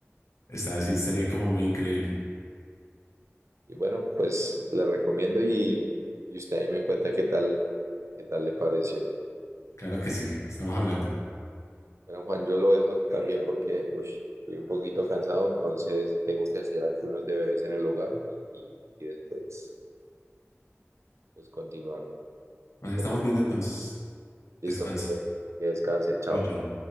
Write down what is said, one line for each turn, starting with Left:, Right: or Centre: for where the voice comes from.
Left: Está, sí, estaría como muy increíble.
Right: Y bueno, pues le recomiendo y, y usted ahí me cuenta qué tal, qué tal le pareció.
Left: Claro que sí, estamos hablando.
Right: Bueno, Juan, yo lo dejo también porque uy, estoy un poquito cansado, entonces tengo que hacer algunos deberes en el hogar y, y después pues continuar.
Left: Nos
Right: Con-
Left: estamos viendo entonces.
Right: Listo,
Left: Descanse.
Right: que descanse, chao.
Left: Chao, chao.